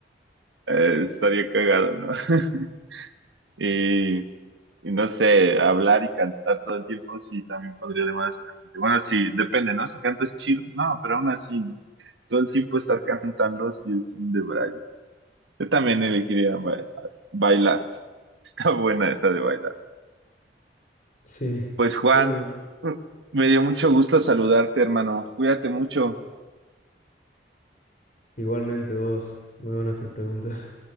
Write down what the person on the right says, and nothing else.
Eh, estaría cagado, ¿no? <laughs> Y, y no sé, hablar y cantar todo el tiempo, sí, también podría demandar a la gente. Bueno, sí, depende, ¿no? Si cantas chido, no, pero aún así, ¿no? Todo el tiempo estar cantando, sí, es un debraye. Yo también elegiría ba- bailar. <laughs> Está buena esa de bailar.
Pues Juan,
me dio mucho gusto saludarte, hermano. Cuídate mucho.